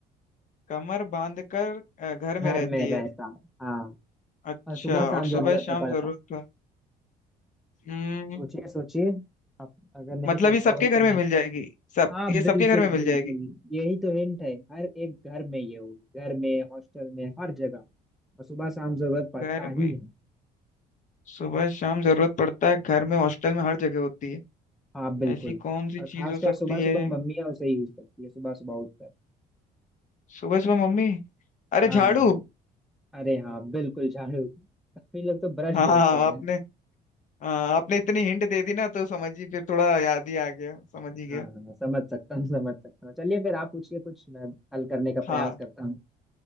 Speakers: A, on the left; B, in the centre.
A: कमर बांध कर अ, घर
B: घर
A: में रहती
B: में रहता
A: है
B: हाँ
A: अच्छा
B: और सुबह
A: और
B: शाम
A: सुबह
B: जरूरत
A: शाम
B: है पड़ता
A: जरूरत पर हम्म
B: सोचिए सोचिए आप अगर नहीं
A: मतलब
B: सोच
A: ये सबके
B: पाओगे तो
A: घर
B: मैं
A: में मिल जाएगी सब
B: हाँ
A: ये
B: बिल्कुल
A: सबके घर में मिल
B: बिल्कुल
A: जाएगी
B: यही तो हिंट है हर एक घर में ये होगी घर में हॉस्टल में हर जगह और सुबह शाम जरूरत पड़ता
A: घर
B: ही
A: में
B: है
A: सुबह शाम जरूरत पड़ता है घर में हॉस्टल में हर जगह होती है
B: हाँ बिल्कुल
A: ऐसी कौन सी
B: और खासकर
A: चीज हो सकती
B: सुबह
A: है
B: सुबह मम्मियाँ उसे यूज करती है सुबह सुबह उठकर
A: सुबह सुबह मम्मी अरे
B: हाँ
A: झाड़ू
B: अरे हाँ बिल्कुल झाड़ू <laughs> काफी लोग तो ब्रश
A: हाँ
B: बोलते हैं
A: आपने हाँ आपने इतनी हिंट दे दी ना तो समझ ही फिर थोड़ा याद ही आ गया समझ ही गया
B: हाँ हाँ हाँ, समझ सकता हूँ समझ सकता हूँ चलिए फिर आप पूछिए कुछ मैं हल करने का
A: हाँ
B: प्रयास करता हूँ